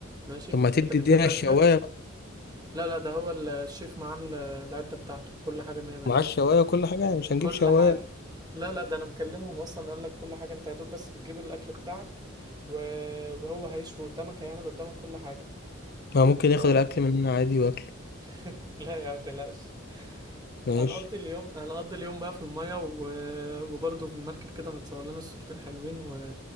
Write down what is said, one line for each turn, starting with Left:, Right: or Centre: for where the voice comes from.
Right: ماشي
Left: طب ما تدي
Right: انت بتجيب
Left: ادينا
Right: اكلك
Left: الشوايه بقى.
Right: لا لا ده هو الشيف معاه ال- العده بتاعته كل حاجه مية مية
Left: مع الشوايه وكل حاجه يعني مش هنجيب
Right: كل
Left: شوايه
Right: حاجة لا لا ده انا مكلمهم اصلا قال لك كل حاجة انت يا دوب بس بتجيب الاكل بتاعك و... وهو هيشوي قدامك هيعمل قدامك كل حاجة
Left: ما ممكن
Right: فاهم
Left: ياخد الاكل مننا عادي واكله
Right: <laughs> لا يا ما تقلقش
Left: ماشي
Right: هنقضي اليوم هنقضي اليوم بقى في المية و... وبرضه في المركب كده هنتصور لنا الصورتين حلوين و...